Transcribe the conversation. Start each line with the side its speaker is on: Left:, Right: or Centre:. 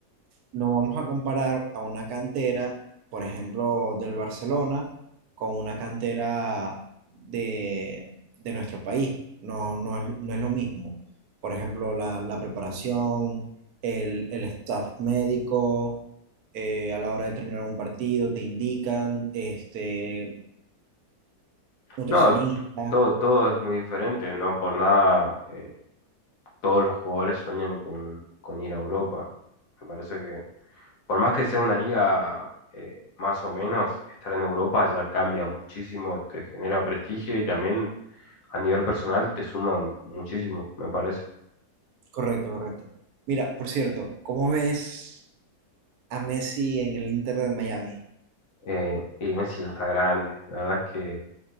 Right: no vamos a comparar a una cantera, por ejemplo, del Barcelona, con una cantera de, de nuestro país. No, no es, no es lo mismo. Por ejemplo, la, la preparación, el, el staff médico, eh, a la hora de terminar un partido, te indican, este, nutricionista.
Left: No, todo, todo es muy diferente, no por nada eh, todos los jugadores sueñan con, con ir a Europa. Me parece que, por más que sea una liga eh, más o menos, estar en Europa ya cambia muchísimo, te genera prestigio y también a nivel personal te suma muchísimo, me parece.
Right: Correcto, correcto. Mira, por cierto, ¿cómo ves a Messi en el Inter de Miami?
Left: Eh, y Messi ya está grande, la verdad es que